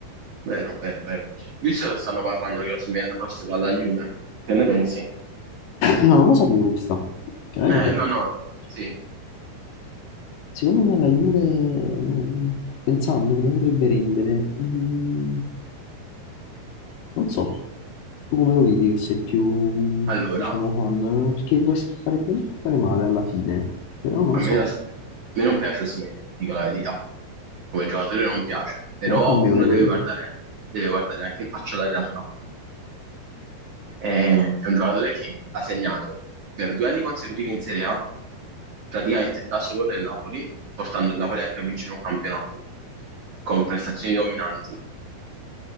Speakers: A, on the right (about 65°); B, on the left (about 75°).
A: vero, vero, vero. Io so che stanno parlando che Osimhen forse va alla Juve. Che ne pensi?
B: No, non lo sapevo questa, veramente.
A: Eh, no, no, sì.
B: Secondo me la Juve, non- pensando come potrebbe rendere, mm, non so, tu come lo vedi che sei più,
A: Allora,
B: diciamo, fan? Perché può fare bene e può fare male alla fine, però non
A: a me,
B: so,
A: la- a me non piace Osimhen, dico la verità. Come giocatore non piace, però
B: non cambia
A: uno
B: overall.
A: deve guardare, deve guardare anche in faccia la realtà. È, è un giocatore che ha segnato per due anni consecutivi in Serie A, praticamente da solo nel Napoli, portando il Napoli anche a vincere un campionato, con prestazioni dominanti,